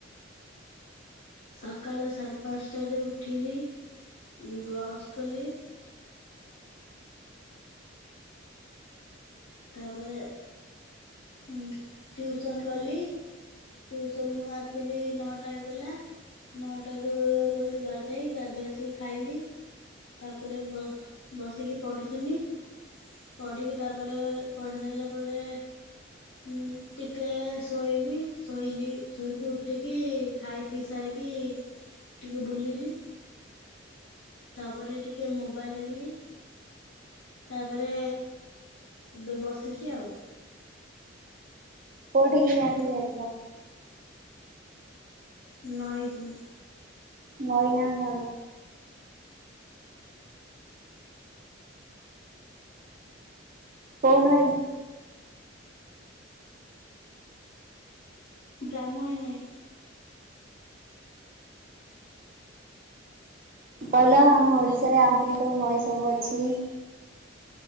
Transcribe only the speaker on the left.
ସକାଳ ସାଢେ ପାଞ୍ଚଟାରେ ଉଠିଲି। ଉଁ ବ୍ରଶ କଲି ତାପରେ ଉଁ ଟ୍ୟୁସନ ଗଲି। ଟ୍ୟୁସନରୁ ଆସିଲି ନଅଟା ହେଇଗଲା। ନଅଟାରୁ ଗଲି ଗାଧେଇ, ଗାଧେଇ ଆସିକି ଖାଇଲି। ତାପରେ ବ ବସିକି ପଢୁଥିନି। ପଢିକି ତାପରେ ଖାଇଲା ପରେ ଉଁ ଟିକେ ଶୋଇଲି, ଶୋଇଲି ଶୋଇକି ଉଠିକି, ଖାଇ ପିଇ ସାରିକି ଟିକେ ବୁଲିଲି। ତାପରେ ଟିକେ ମୋବାଇଲ୍ ଦେଖିଲି। ତାପରେ ଏବେ ବସିଚି ଆଉ।
ନଈ କୁ।
ବ୍ରାହ୍ମଣି ନଈ।